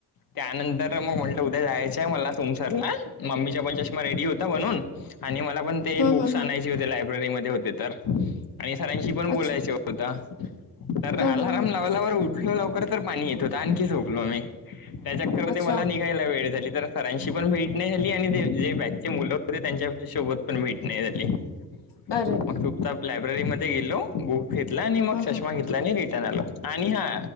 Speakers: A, on the left; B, on the left.
A: त्यानंतर मग म्हणलं हो जायचंय मला तुमसरला मम्मीच्या पण चष्मा रेडी होता म्हणून आणि मला पण ते
B: हम्म
A: बुक्स
B: हम्म
A: आणायचे
B: हम्म
A: होते. लायब्ररीमध्ये होते तर. आणि सरांशी पण बोलायच
B: अच्छा
A: होता. तर
B: हम्म
A: अलारम
B: हम्म हम्म
A: लावल्यावर उठ ो लवकर तर पाणी येत होत आणखी झोपलो मी त्याच्यामध्ये
B: अच्छा
A: मला निघायला वेळ झाली तर. सरांशी पण भेट नाही झाली. आणि ते जे बचे मुलं होते. त्यांच्या सोबत पण भेट नाही झाली. <inaudible>
B: अ.
A: लायब्ररी मध्ये गेलो बुक घेतला आणि मग चष्मा
B: हम्म
A: घेतला आणि रिटर्न आलो आणि हा